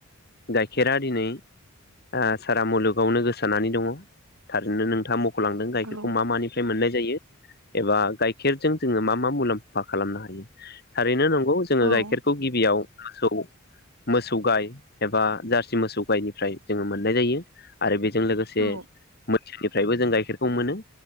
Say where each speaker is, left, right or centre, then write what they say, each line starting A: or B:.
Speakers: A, on the left; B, on the right.
A: गाइखेरा दिनै आ सारा मुलुगावनो गोसारनानानै दङो थारैनो नोंथाङा मख'लांदों गाइखेरखौ
B: औ
A: मा मानि मोननाय जायो एबा गाइखेरजों जोंङो मा मा मुलाम्फा खालामनो हायो थारैनो नं जोंङो
B: औ
A: गाइखेरखौ गिबियाव मोसौ मोसौ गाय एबा जारसि मोसौ गायनिफ्राय जोंङो मोननाय जायो आरो बेजों लोगोसे
B: औ
A: ससे मोसनिफ्रायबो जों गाइखेरखौ मोनो